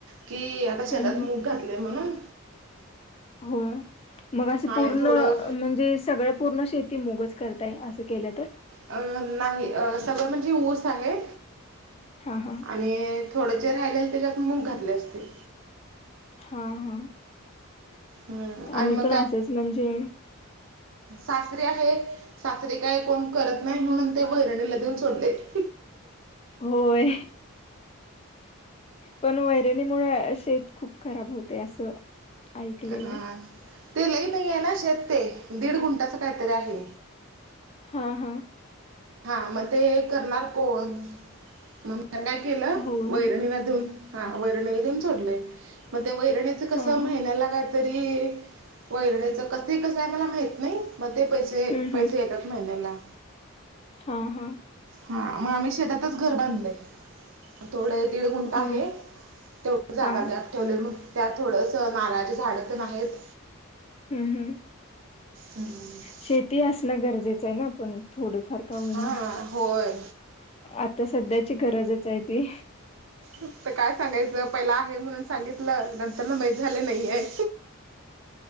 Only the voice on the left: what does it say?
हं, हं.
हो मग असं
पूर्ण
म्हणजे सगळं पूर्ण शेती मुंगच करताय असं केलं तर
हा हा
हा हा
आम्ही
पण असेच म्हणजे
होय पण वैरनी होय शेत खूप खराब होते असं ऐकलेलं
हा हा
हो
हो
हा हा
हम्म
हम्म
हा हा.
हो
हा
हम् हम्.
शेती असणं गरजेचं आहे ना पण थोड. फारका होईना
आता सध्याची गरजच आहे ती.